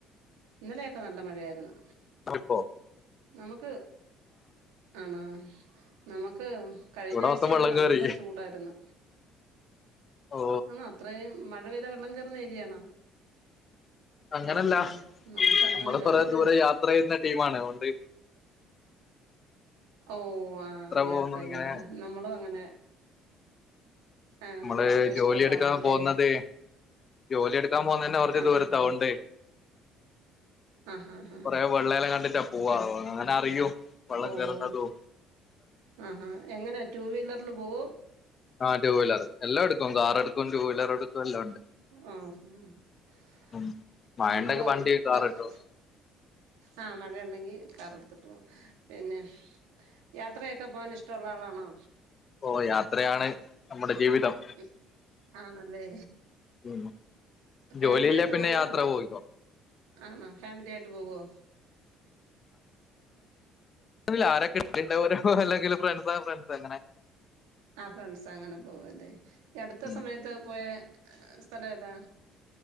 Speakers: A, on the right; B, on the left.
A: ഇന്നലെയൊക്കെ നല്ല മഴയായിരുന്നു
B: അപ്പൊ
A: നമുക്ക് ആണോ നമുക്ക് കഴിഞ്ഞ
B: ഇവിടെ
A: ആഴ്ചയൊക്കെ
B: മൊത്തം വെള്ളം
A: നല്ല
B: കേറി
A: ചൂടായിരുന്നു
B: ഓ
A: ആണോ അത്രയും മഴ പെയ്ത വെള്ളം കയറുന്ന ഏരിയണോ
B: അങ്ങനല്ല
A: ആണല്ലേ നമുക്ക് അങ്ങനെ
B: നമ്മള്
A: വെള്ളം
B: കൊറേ
A: കേ
B: ദൂരെ യാത്ര ചെയ്യുന്ന ടീമാണ് അതുകൊണ്ട്
A: ഓ ആ യാത്ര
B: പോകുന്നു
A: ചെയ്യുന്നാള
B: ഇങ്ങനെ
A: നമ്മളും അങ്ങനെ ആഹ്
B: നമ്മള്
A: യാത്ര ഇഷ്ടമുള്ള
B: ജോലി എടുക്കാൻ
A: ആളാ അല്ലേ
B: പോകുന്നത് ജോലി എടുക്കാൻ പോകുന്ന തന്നെ കുറച്ചു
A: ആഹ്
B: ദൂരത്തതൊണ്ട്
A: ആഹ് ആഹ് ആഹ് ആഹ് ആഹ്
B: കൊറെേ വെള്ളയല്ലാം കണ്ടിട്ടാ പോവാോ
A: ആഹ്
B: അങ്ങനെ <unintelligible> അറിയോ വള്ളം
A: ഓ
B: കയറന്നതും
A: ആഹാ എങ്ങനാ ടു വീലറിൽ പോവു
B: ആഹ ടടു വീലർ എല്ലാം എടുക്കും കാർ എടുക്കും ടു വീലർ എടുക്കും എല്ലാം ഉണ്ട്
A: ആഹഹ <unintelligible>
B: ഉം മഴണ്ടെങ്കി
A: ഉന്ത
B: വണ്ടി
A: <unintelligible>
B: കാർ എടുക്കും
A: ആഹ മഴ ഉണ്ടെങ്കി കാർ എടുത്തിട്ട് പോവും പിന്നെ യാത്ര ഒക്കെ പോകാനൻ ഇഷ്ടമുള്ള ആളാണോ
B: ഓ യാത്രയാണ് നമ്മുടെ ജീവിതം
A: ഉ ആണല്ലേ
B: ഉം
A: ഫാമിലിയായിട്ട്
B: ജോലിയില്ലേ പിന്നെ
A: പോവോ
B: യാത്ര
A: അതാ
B: പോയിക്കോ
A: ആണ ഫാമിലിയ ആായിട്ട് പോവുവോ? ഉം <unintelligible>
B: അ ആരക്ക കിട്ടണ്ട <unintelligible> ഓരോ അല്ലെങ്കിൽ <unintelligible> ഫ്രണ്ട്സ് ആ ഫ്രണ്ട്സ് അങ്ങനെ
A: ആ ഫ്രണ്ട്സ് അങ്ങനെ പോവ അല്ലേ അടുത്ത
B: ഉം
A: സമയത്ത് പോയ സ്ഥലം ഏതാ?